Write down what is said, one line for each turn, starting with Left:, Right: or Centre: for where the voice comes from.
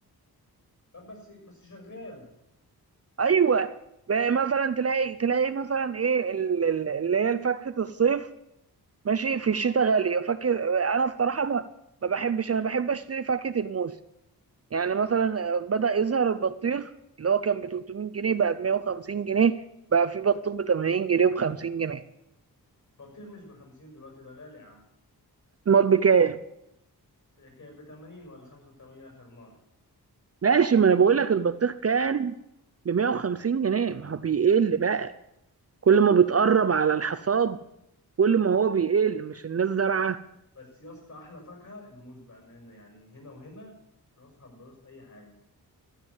Left: طب بس بس شغال
Right: ايوه بقى مثلا تلاقي تلاقي مثلا ايه ال- ال- اللي هي فاكهه الصيف ماشي في الشتاء غالية فاكر أنا بصراحة ما, ما بحبش أنا بحب أشتري فاكهة الموز يعني مثلا بدأ يظهر البطيخ اللي هو كان ب 300 جنيه بقى ب 150 جنيه بقى في بطيخ ب 80 جنيه وب 50 جنيه
Left: بطيخ مش بخمسين دلوقتي ده غالي يا عم
Right: المال بكام
Left: كانت بتمانين ولا خمسة وتمانين آخر مرة
Right: ماشي ما انا بقول لك البطيخ كان ب 150 جنيه ما هو بيقل بقى كل ما بتقرب على الحصاد كل ما هو بيقل مش الناس زارعه
Left: بس يا اسطى أحلى فاكهة الموز بأمانة يعني هنا وهنا راسها براس أي حاجة